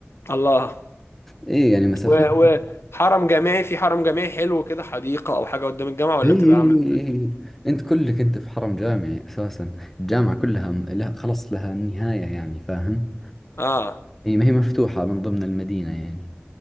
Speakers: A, on the left (about 75°); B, in the centre.
A: الله
B: ايه يعني مسافات
A: و... و... حرم جامعي في حرم جامعي حلو كده حديقة أو حاجة قدام الجامعة ولا
B: اي اي
A: بتبقى عاملة
B: اي اي انت كلك انت في حرم جامعي اساسا الجامعة كلها م- لها خلص لها نهاية يعني فاهم
A: اه
B: اي ما هي مفتوحة من ضمن المدينة يعني